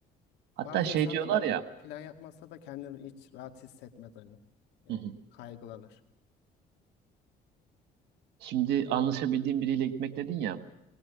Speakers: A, on the right; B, on the left.
A: Hatta
B: Bazı
A: şey
B: insan
A: diyorlar
B: da böyle
A: ya.
B: plan yapmazsa da kendini hiç rahat hissetmez hani. E,
A: Hı hı.
B: kaygılanır.
A: Şimdi anlaşabildiğin biriyle gitmek dedin ya,